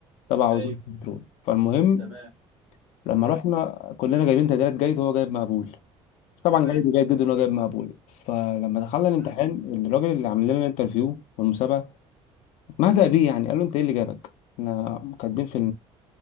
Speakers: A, on the left (about 80°); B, on the right (about 50°).
A: تبع وزاره
B: ايوه
A: البترول فالمهم
B: تمام
A: لما
B: مم.
A: رحنا كلنا جايبين تقديرات جيد وهو جايب مقبول طبعا
B: تمام
A: جيد وجيد جدا وهو جايب مقبول فلما دخلنا الامتحان
B: مم.
A: الراجل اللي عامل لنا الانترفيو والمسابقه اتمهزأ بيه يعني قال له انت ايه اللي جابك؟ احنا كاتبين في